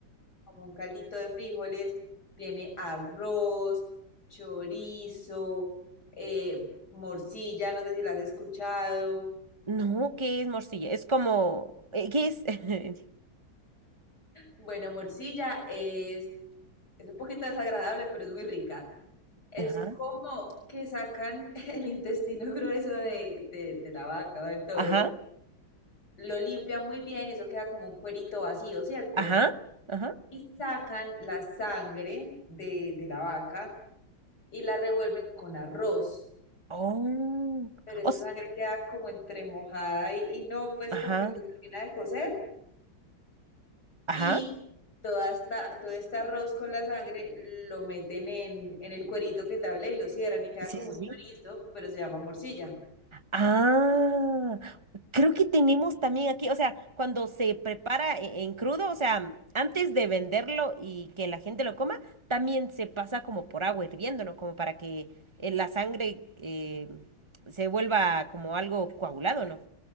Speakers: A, on the left (about 55°); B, on the right (about 30°).
A: como un caldito de frijoles, tiene arroz, chorizo, eh, morcilla, no sé si la has escuchado.
B: No, ¿qué es morcilla? Es como, eh, ¿qué es? <laughs>
A: Bueno, morcilla es, es un poquito desagradable, pero es muy rica. Es
B: Ajá,
A: como que sacan <laughs> el intestino grueso de, de, de la vaca o del toro,
B: ajá,
A: lo limpian muy bien y eso queda como un cuerito vacío, ¿cierto?
B: ajá, ajá.
A: Y sacan la sangre de, de la vaca y la revuelven con arroz.
B: Oh,
A: pero esta
B: os-
A: sangre queda como entremojada y, y no, pues
B: ajá,
A: como que no se termina de cocer.
B: ajá.
A: Y toda esta, todo este arroz con la sangre lo meten en, en el cuerito que te hablé y lo cierran y queda
B: Sí,
A: como
B: sí,
A: un
B: sí.
A: chorizo, pero se llama morcilla.
B: Ah, creo que tenemos también aquí, o sea, cuando se prepara e- en crudo, o sea, mm, antes de venderlo y que la gente lo coma, también se pasa como por agua hirviendo, ¿no? Como para que eh, la sangre eh, se vuelva como algo coagulado, ¿no?